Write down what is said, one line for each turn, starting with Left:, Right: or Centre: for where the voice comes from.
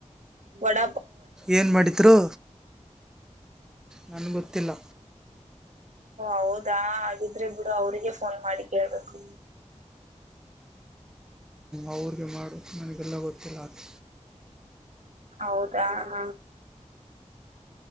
Right: ಬಡ.
Centre: ಏನು ಮಾಡಿದರು. ನನಗೆ ಗೊತ್ತಿಲ್ಲ.
Right: ಹೌದಾ ಹಾಗಿದ್ರೆ ಬಿಡು ಅವ್ರಗ ಫೋನ್ ಮಾಡಿ ಕೇಳ್ಬೇಕು.
Centre: ಅವಿಗೆ ಮಾಡು ನನಗೆಲ್ಲ ಗೊತ್ತಿಲ್ಲ ಆ.
Right: ಹೌದಾ ಹಾ.